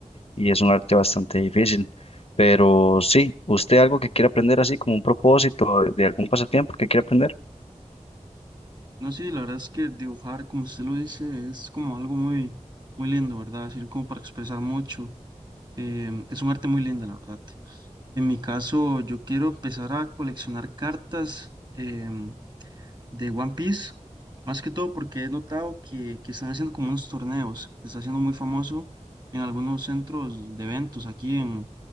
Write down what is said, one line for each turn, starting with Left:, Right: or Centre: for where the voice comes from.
Left: y es un arte bastante difícil. Pero sí, ¿usted algo que quiere aprender así como un propósito de de algún pasatiempo que quiere aprender?
Right: No, sí, la verdad es que dibujar, como usted lo dice, es como algo muy, muy lindo, ¿verdad? Es decir, como para expresar mucho. Em, es un arte muy lindo, la verdad. En mi caso, yo quiero empezar a coleccionar cartas em, de One Piece, más que todo porque he notado que, que están haciendo como unos torneos, se está haciendo muy famoso en algunos centros de eventos aquí en,